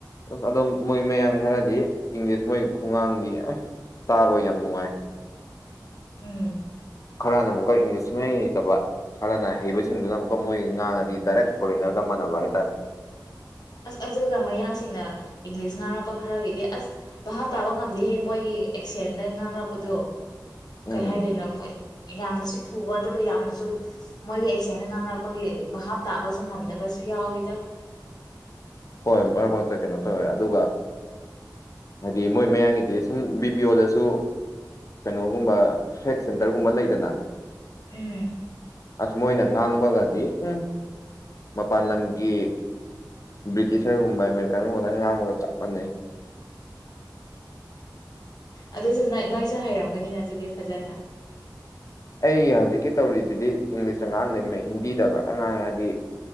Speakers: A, on the left; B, on the left.
A: ꯑ ꯑꯗꯣ ꯃꯣꯏ ꯃꯌꯥꯝ ꯈꯔꯗꯤ ꯏꯪꯂꯤꯁ ꯃꯣꯏ ꯈꯨꯡꯒꯥꯡꯗꯤ ꯑꯁ ꯇꯥꯔꯣꯏ ꯌꯥꯝ ꯅꯨꯡꯉꯥꯏ
B: ꯎꯝ
A: ꯈꯔꯅ ꯑꯃꯨꯛꯀ ꯏꯪꯂꯤꯁ ꯃꯌꯥꯩ ꯍꯩꯇꯕ ꯍꯥꯟꯅꯅ ꯍꯩꯕꯁꯤꯡꯗꯨꯅ ꯑꯃꯨꯛꯀ ꯃꯣꯏ ꯉꯥꯡꯉꯗꯤ ꯗꯥꯏꯔꯦꯛ ꯐꯣꯔꯦꯟꯅꯔꯒ ꯃꯥꯟꯅꯕ ꯍꯥꯏꯇꯥꯔꯦ
B: ꯑꯁ ꯑꯗꯨꯒ ꯃꯌꯥꯡꯁꯤꯡꯅ ꯏꯪꯂꯤꯁ ꯉꯥꯡꯔꯛꯄ ꯈꯔꯒꯤꯗꯤ ꯑꯁ ꯚꯥꯞ ꯇꯥꯕ ꯉꯝꯗꯦꯍꯦ ꯃꯣꯏꯒꯤ ꯑꯦꯛꯁꯦꯟꯗ ꯉꯥꯡꯔꯛꯄꯗꯣ
A: ꯎꯝ
B: ꯀꯩ ꯍꯥꯏꯗꯣꯏꯅꯣ ꯃꯣꯏ ꯌꯥꯝꯅꯁꯨ ꯊꯨꯕ ꯑꯗꯨꯒ ꯌꯥꯝꯅꯁꯨ ꯃꯣꯏꯒꯤ ꯑꯦꯛꯁꯦꯟꯗ ꯉꯥꯡꯔꯛꯄꯒꯤꯚꯞ ꯇꯥꯕꯁꯨ ꯉꯝꯗꯕꯁꯨ ꯌꯥꯎꯋꯤꯗ
A: ꯍꯣꯏ ꯃꯔꯛ ꯃꯔꯛꯇ ꯀꯩꯅꯣ ꯇꯧꯋꯦ ꯑꯗꯨꯒ ꯍꯥꯏꯗꯤ ꯃꯣꯏ ꯃꯌꯥꯡꯒꯤꯗꯤ ꯁꯨꯝ ꯕꯤ ꯄꯤ ꯑꯣꯗꯁꯨ ꯀꯩꯅꯣꯒꯨꯝꯕ ꯐꯦꯛ ꯁꯦꯟꯇꯔꯒꯨꯝꯕ ꯂꯩꯗꯅ
B: ꯎꯝ
A: ꯑꯁ ꯃꯣꯏꯅ ꯉꯥꯡꯕꯒꯗꯤ ꯎꯝ ꯃꯄꯥꯟ ꯂꯝꯒꯤꯕꯤ ꯤꯁꯔꯒꯨꯝꯕ ꯑꯃꯦꯔꯤꯀꯟꯒꯨꯝꯕꯗꯪ ꯉꯥꯡꯕꯒ ꯆꯞ ꯃꯥꯟꯅꯩ
B: ꯑꯗꯨꯁꯨ ꯅ ꯅꯣꯏꯁꯨ ꯍꯩꯔꯝꯒꯅꯤꯅ ꯑꯗꯨꯗꯤ ꯐꯖꯅ
A: ꯑꯩ ꯍꯧꯖꯤꯛꯀꯤ ꯇꯧꯔꯤꯁꯤꯗꯤ ꯏꯪꯂꯤꯁꯇ ꯉꯥꯡꯗꯦ ꯍꯤꯟꯗꯤꯗ ꯉꯥꯛꯇ ꯉꯥꯡꯉꯦ ꯍꯥꯏꯗꯤ